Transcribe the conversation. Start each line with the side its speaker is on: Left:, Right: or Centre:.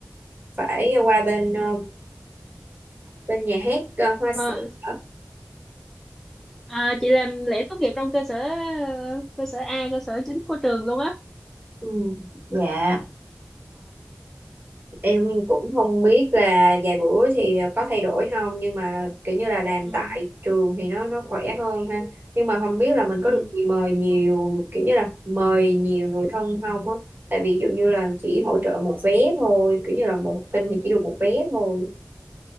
Right: phải qua bên ờ, bên nhà hát ờ, Hoa
Centre: Ờ,
Right: Sen hả?
Centre: À, chị làm lễ tốt nghiệp trong cơ sở ờ, cơ sở A cơ sở chính của trường luôn á
Right: Ừ. Dạ, Em cũng không biết là vài bữa thì có thay đổi không nhưng mà kiểu như là làm
Centre: ừ.
Right: tại trường thì nó nó khỏe hơn ha. Nhưng mà không biết là mình
Centre: Ừ.
Right: có được mời nhiều kiểu như là mời nhiều người thân không á. Tại vì ví dụ như là chỉ hỗ trợ một vé thôi, kiểu như là một học sinh thì chỉ được một vé thôi.